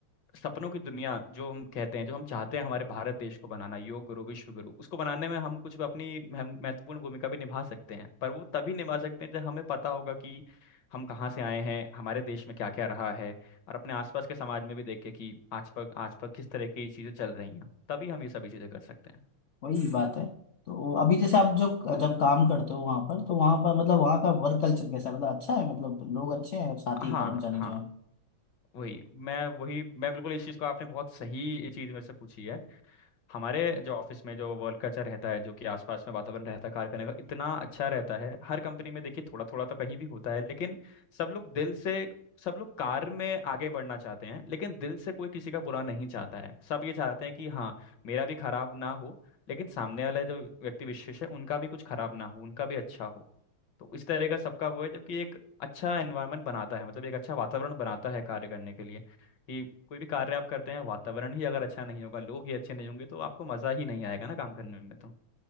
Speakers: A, on the left; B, on the left.
A: सपनों की दुनिया जो हम कहते हैं जो हम चाहते हैं हमारे भारत देश को बनाना योग गुरु विश्व गुरु उसको बनाने में हम कुछ अपनी महम- महत्वपूर्ण भूमिका भी निभा सकते हैं पर वो तभी निभा सकते हैं जब हमें पता होगा कि हम कहाँ से आए हैं हमारे देश में क्या क्या रहा है और अपने आसपास के समाज में भी देखे कि आज पर आज पर किस तरह की चीजें चल रही हैं तभी हम ये सभी चीजें कर सकते हैं
B: वही बात है तो अभी जैसे आप जो जब काम करते हो वहां पर तो वहां पर मतलब वहां का वर्क कल्चर कैसा है मतलब अच्छा है मतलब लोग अच्छे हैं साथी
A: हाँ
B: कर्मचारी
A: हाँ
B: जो है
A: वही मैं वही मैं बिल्कुल इस चीज़ को आपने बहुत सही ये चीज़ मेरे से पूछी है हमारे जो ऑफिस में जो वर्क कल्चर रहता है जो कि आसपास में वातावरण रहता है कार्य करने का इतना अच्छा रहता है हर कंपनी में देखिए थोड़ा थोड़ा तो कहीं भी होता है लेकिन सब लोग दिल से सब लोग कार्य में आगे बढ़ना चाहते हैं लेकिन दिल से कोई किसी का बुरा नहीं चाहता है सब ये चाहते हैं कि हाँ मेरा भी खराब ना हो लेकिन सामने वाले जो व्यक्ति विशेष है उनका भी कुछ खराब ना हो उनका भी अच्छा हो तो इस तरह का सबका वो है जबकि एक अच्छा एनवायरनमेंट बनाता है मतलब एक अच्छा वातावरण बनाता है कार्य करने के लिए कि कोई भी कार्य आप करते हैं वातावरण ही अगर अच्छा नहीं होगा लोग ही अच्छे नहीं होंगे तो आपको मज़ा ही नहीं आएगा ना काम करने में तो